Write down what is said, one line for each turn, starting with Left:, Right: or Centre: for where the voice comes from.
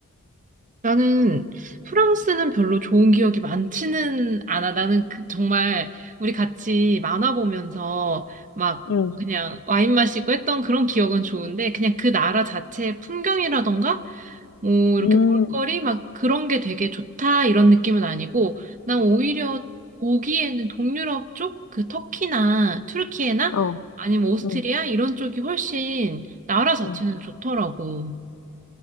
Right: 나는 프랑스는 별로 좋은 기억이 많지는 않아. 나는 그- 정말 우리 같이 만화 보면서 막
Left: 응,
Right: 그냥 와인 마시고 했던 그런 기억은 좋은데 그냥 그 나라 자체의 풍경이라던가 뭐 이렇게
Left: 음,
Right: 볼거리 막 그런 게 되게 좋다 이런 느낌은 아니고 난 오히려 보기에는 동유럽 쪽 그 터키나 튀르키예나
Left: 어,
Right: 아니면 오스트리아
Left: 음
Right: 이런 쪽이 훨씬 나라 자체는
Left: 음
Right: 좋더라고.